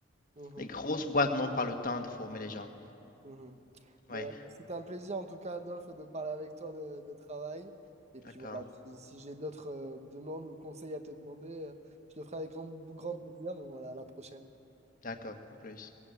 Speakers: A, on the right (about 35°); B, on the left (about 45°).
A: mhm,
B: Les grosses boîtes n'ont pas le temps de former les gens.
A: mhm, mhm. Mais
B: Ouais,
A: c'est un plaisir en tout cas, Adolphe, de parler avec toi de, de travail. Et puis
B: d'accord,
A: voilà, si, si j'ai d'autres euh, demandes ou conseils à te demander, euh, je le ferai avec grand, grand plaisir. Donc voilà, à la prochaine.
B: d'accord, en plus.